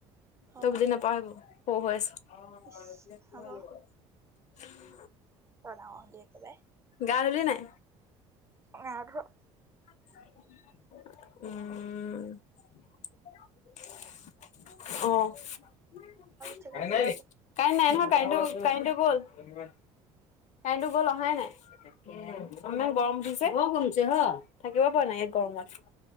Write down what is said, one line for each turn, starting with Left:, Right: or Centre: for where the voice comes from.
Left: তই
Right: অ
Left: বুজি নাপাও হেইবোৰ
Right: ইচ হ'ব
Left: <unintelligible>
Right: বৰ ডাঙৰ হলি একেবাৰে
Left: গা ধুলি নাই?
Right: নাই ধোৱা।
Left: উম'। <unintelligible> কাৰেন্ট নাই নহয়, কাৰেন্টো কাৰেন্টো
Right: জেগাটো ধুবলৈ
Left: গ'ল। ধন্যবাদ। কাৰেণ্টো গ'ল অহাই নাই। ইমান গৰম উঠিছে, থাকিব পৰা নাই ইয়াত গৰমত।